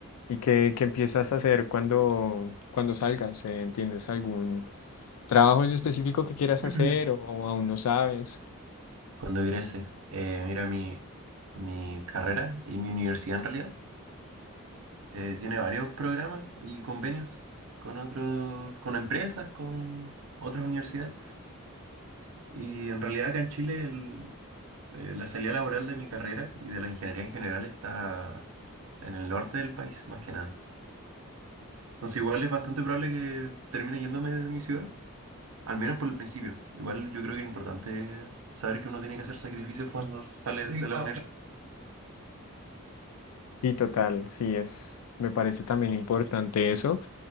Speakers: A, on the left; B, on the right.
A: ¿y qué, qué empiezas a hacer cuando, cuando salgas? Eh, ¿Tienes algún trabajo en específico que quieras
B: <clears throat>
A: hacer o aún no sabes?
B: Cuando egrese, eh, mira, mi, mi carrera y mi universidad en realidad eh, tiene varios programas y convenios con otros, con empresas, con otras universidades. Y en realidad acá en Chile el, Eh, la salida laboral de mi carrera y de las ingenierías en general está en el norte del país, más que nada. Entonces igual es bastante probable que termine yéndome de mi ciudad, al menos por el principio. Igual yo creo que es importante saber que uno tiene que hacer sacrificios cuando sale Sí, de la ah, universidad.
A: Sí, total, sí, es, me parece también importante eso,